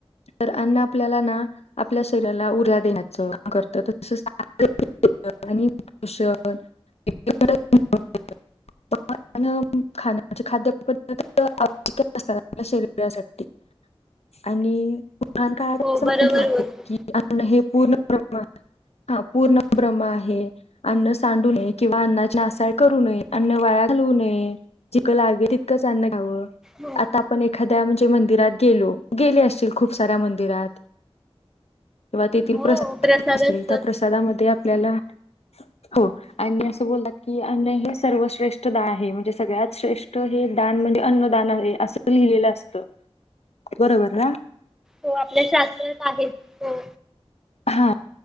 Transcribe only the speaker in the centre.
हो
बरोबर
बोलते.
हो.
हो
असतोच
हो आपल्या शास्त्रात आहे हो.